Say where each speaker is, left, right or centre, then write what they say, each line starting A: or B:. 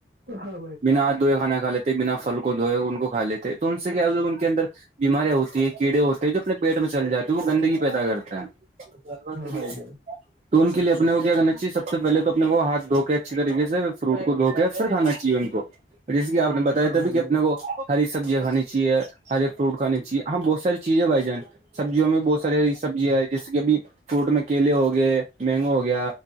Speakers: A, on the right; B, on the right.
A: ہاں
B: بنا ہاتھ دوئے کھانا کھاتے بنا پھل کو دھوئے ان کو کھا لیتے تو ان سے کیا ہو ان کے اندر بیماریاں ہوتی ہے کیڑے ہوتے ہیں جو اپنے پیٹ میں چل جاتی ہے وہ گندگی پیدا کرتا ہے ہمربہتری
A: بھائی
B: <inaudible>
A: جان
B: تو ان کے لیے اپنے کو کیا کرنا چاہیے سب سےہلے تو اپنے کو ہاتھ دھوک اچھی طریقے سے فروٹ کو دھو کے پھر کانا چاہیے ان کو جیسے کہ آپ نے بتایا
A: ہاں
B: تھا
A: بھائی
B: بھی کہ اپنے
A: جان
B: کو ہری سبزیاں کھانی چاہے ہری فروٹ کھانی چاہے ہم بہت ساری چیزیں بائ جان سبزیوں میں بہت ساری سبزیاں ہیں جیسے کہ ابھی فروٹ میں کیلے ہوگئے مینگو ہو گیا